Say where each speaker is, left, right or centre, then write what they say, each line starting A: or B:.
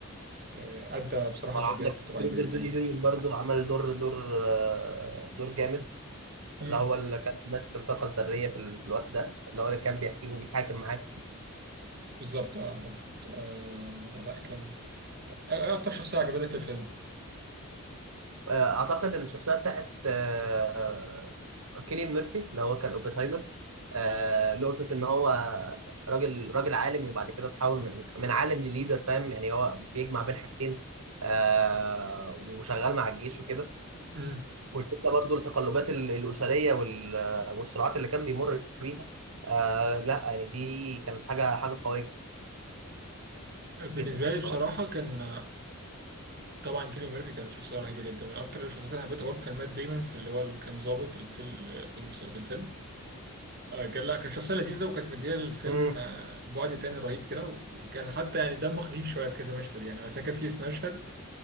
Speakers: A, on the right; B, on the right.
A: آه، أدى بصراحة
B: وعندك
A: تأديات رهيبة
B: روبرت
A: جدا
B: دوني
A: يعني
B: جونيور برضو عمل دور دور آه، دور جامد
A: امم
B: اللي هو اللي كان ماسك الطاقة الذرية في ال- في الوقت ده اللي هو اللي كان بيحكيه وبيتحاكم معاه
A: بالظبط اه بالظبط آه لا كان آه، إيه أكتر شخصية عجبتك في الفيلم
B: آه، أعتقد الشخصية بتاعت آه، كيليان ميرفي اللي هو كان اوبنهايمر آه، نقطة إن هو راجل راجل عالم وبعد كده تحول من من عالم لليدر فاهم يعني هو بيجمع بين حاجتين آه، وشغال مع الجيش وكده
A: امم
B: والفكره برضو التقلبات ال- الاسريه وال- والصراعات اللي كان بيمر بيها آه لا يعني دي كانت حاجه حاجه قويه
A: بالنسبة
B: جدا يعني
A: لي
B: صراحه
A: بصراحة كان آه، طبعا كيليان ميرفي كان شخصية رهيبة جدا من أكتر الشخصيات اللي حبيتها برضه كان مات دايما في اللي هو اللي كان ظابط في ال- في المس- في الفيلم آه، كان لا كان شخصية لذيذة وكانت مدية للفيلم
B: امم
A: آه، بعد تاني رهيب كده وكان حتى يعني دمه خفيف شوية في كذا مشهد يعني أنا فاكر فيه في مشهد